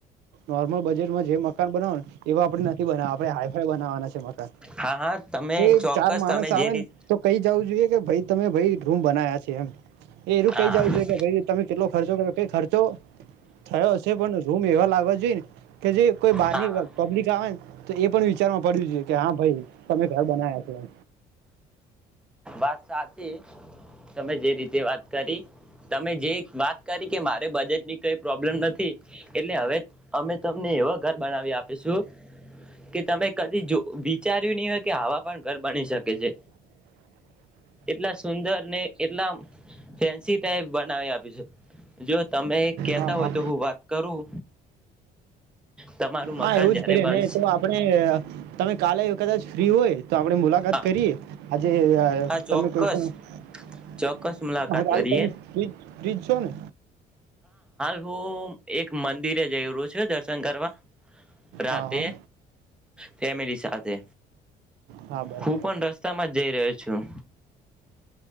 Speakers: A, on the right; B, in the centre.
A: નોર્મલ બજેટમાં જે મકાન બનાવો ને એવા આપણે બનાવા આપણેે હાઈફાઈ બનાવાના છે મકાન
B: હા હા તમે
A: એ
B: ચોક્કસ
A: ચાર માણસ
B: તમે
A: આવે
B: જે રીત
A: ને તો કઈ જવું જોઈએ કે ભાઈ તમે ભાઈ રૂમ બના્યા છે એમ એ એું
B: હા
A: કઈ જવું જોઈએ કે ભાઈ તમે કેટલો ખર્ચો કર ક ખર્ચો થયો છે પણ રૂમ એવા લાગવા જોઈએ ને કે જે કોઈ બારની
B: હા
A: પબ્લિક આવે ને તો એ પણ વિચારમાં પડ્યું છે કે હા ભાઈ તમે ઘર બનાયા છ એ
B: વાત સાચી તમે જે રીતે વાત કરી તમે જે વાત કરી કે મારે બજેટની કઈ પ્રોબ્લેમ નથી એટલે હવે અમે તમને એવ ઘર બનાવી આપીશું કે તમે કદી વિચાર્યું નની હોય કે હવા પણ ઘર બની શકે છે એટલા સુંદર ને એટલા ફેન્સી ટાઈપ બનાવી આપી છે જો તમે કેતા
A: હા હા
B: હોય તો હું વાત કરું તમારું મકાન
A: હા એવું
B: જયારે
A: જ કરીએ
B: બનશે
A: ને તો આપડણે તમે કાલે કદાચ ફ્રી હોય તો આપણેે મુલાકાત
B: હા
A: કરીએ આજે
B: હા ચોક્કસ
A: તમે કોઈ પણા
B: ચોક્કસ મુલાકાત કરીએ
A: ત ફ રોને
B: ું એક મંદિરે જઈ્યું છે દર્શન કરવા રાતે
A: હા હા
B: ફેમિલી સાથે
A: હા બરાબર
B: હું પણ રસ્તામાં જ જઈ રહ્યો છું